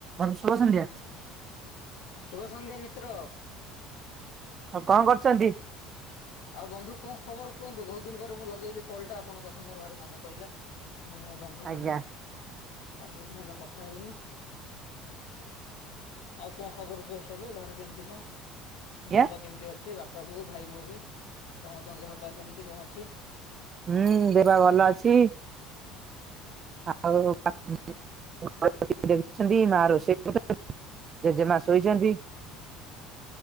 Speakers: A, on the right (about 25°); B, on the left (about 85°).
A: ଅ ଶୁଭ ସନ୍ଧ୍ୟା
B: ଶୁଭ ସନ୍ଧ୍ୟା ମିତ୍ର
A: ଆଉ କଣ କରୁଛନ୍ତି
B: ଆଉ ବନ୍ଧୁ କଣ ଖବର କୁହନ୍ତୁ ବହୁତ ଦିନ ପରେ ମୁଁ ଲଗେଇଲି କଲ ଟା ଆପଣଙ୍କ କଥା ମୋର ଭାର ମନେ ପଇଲା ମୋ ବନ୍ଧୁ
A: ଆଜ୍ଞା
B: କୁ ମୁଁ ଆଉ ବହୁତ ଦିନ ହେଲା କଥା ହେଇନି ଆଉ କଣ ଖବର କୁହ ସବୁ ଘରେ କେମିତି କଣ
A: ଆଜ୍ଞା।
B: ଦେହ ପା କେମିତି ଅଛି ବାପା ବଉ ଭାଇ ଭଉଣୀ ସମସ୍ତଙ୍କ ଦେହ ପା କେମିତି କଣ ଅଛି
A: ହୁଁ ଦେହ ପା ଭଲ ଅଛି <unintelligible> <unintelligible>